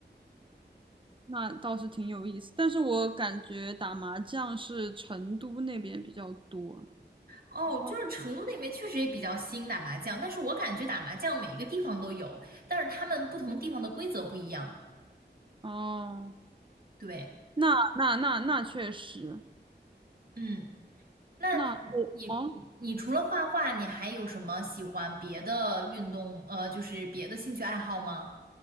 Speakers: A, on the right (about 30°); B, on the right (about 55°).
A: 那倒是挺有意思。但是我感觉打麻将是成都那边比较多，
B: 哦，
A: 四川
B: 就是成都那边确实也比较兴打麻将，但是我感觉打麻将每一个地方都有，但是他们不同地方的规则不一样。
A: 哦，
B: 对，
A: 那那那那确实，
B: 嗯，那你你除了画画，
A: 那我哦。哦
B: 你还有什么喜欢别的运动？呃，就是别的兴趣爱好吗？